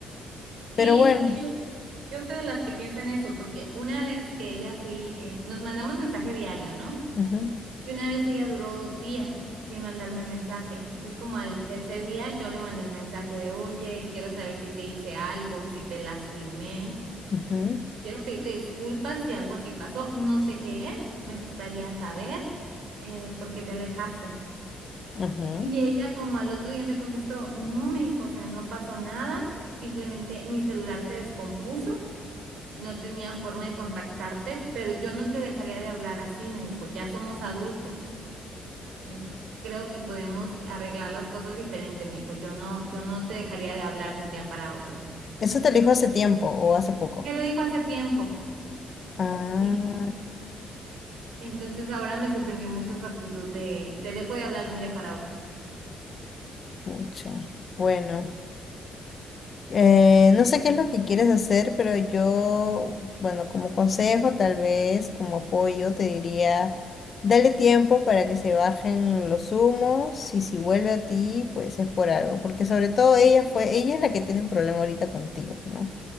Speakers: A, on the left; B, on the right.
A: Pero
B: Sí,
A: bueno,
B: es que yo, yo soy de las que piensan eso, porque una vez que ella sí, eh, nos mandamos mensaje diario, ¿no?
A: ujú,
B: Y una vez ella duró días sin mandarme mensaje. Entonces, como al tercer día, yo le mandé un mensaje de, oye, quiero saber si te hice algo, si te lastimé,
A: ujú,
B: eh, quiero pedirte disculpas si algo así pasó, no sé qué es, me gustaría saber eh, por qué te alejaste.
A: ujú.
B: Y ella como al otro día me contestó, no, me dijo, o sea, no pasó nada, simplemente mi celular se descompuso no tenía forma de contactarte, pero yo no te dejaría de hablar así, me dijo. Ya somos adultos. eh, creo que podemos arreglar las cosas diferente, me dijo. Yo no, yo no te dejaría de hablar de un día para otro.
A: Eso te lo dijo hace tiempo o hace poco.
B: Me lo dijo hace tiempo,
A: Ah,
B: sí. Entonces ahora me sorprendió mucho su actitud de te dejo de hablar de un día para otro.
A: pucha. Bueno. Eh, no sé qué es lo que quieres hacer, pero yo, bueno, como consejo, tal vez como apoyo, te diría, dale tiempo para que se bajen los humos y si vuelve a ti, pues es por algo, porque sobre todo ella fue, ella es la que tiene un problema ahorita contigo, ¿no?